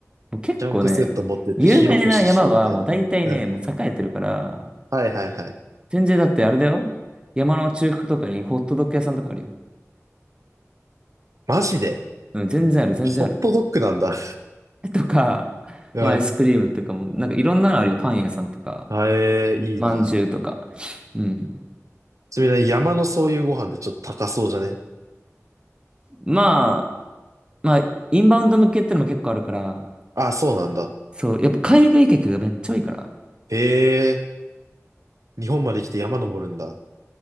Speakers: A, on the right; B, on the right.
A: もう結構ね、
B: キャンプセット持ってって火起こししてみたいな。
A: 有名な山はもう大体ね、
B: うん。
A: もう栄えてるから、
B: はいはいはい。
A: 全然だってあれだよ。山の中腹とかにホットドッグ屋さんとかあるよ。
B: マジで
A: うん、全然ある、全然ある。
B: ホットドッグなんだ。
A: とか、
B: <laughs> うん。
A: まあアイスクリームとかも、なんかいろんなのあるよ。パン屋さんとか。
B: あえー、いいな。
A: まんじゅうとか。うん。
B: ちなみにね山のそういうご飯でちょっと高そうじゃね
A: まあ、まあ、インバウンド向けってのも結構あるから、
B: あ、そうなんだ。
A: そう、やっぱ海外客がめっちゃ多いから。
B: えー、日本まで来て山登るんだ。